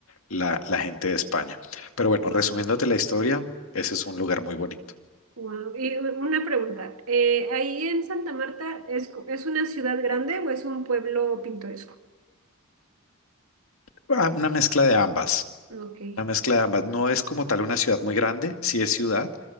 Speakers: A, on the left; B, on the right.
A: la, la gente de España. Pero bueno,
B: wow,
A: resumiéndote la historia, ese es un lugar muy bonito.
B: wow. Y u- una pregunta, eh, ¿ahí en Santa Marta es, co- es una ciudad grande o es un pueblo pintoresco?
A: Ah, Una mezcla de ambas.
B: Ok,
A: Una mezcla de ambas. No es como tal una ciudad muy grande, sí es ciudad.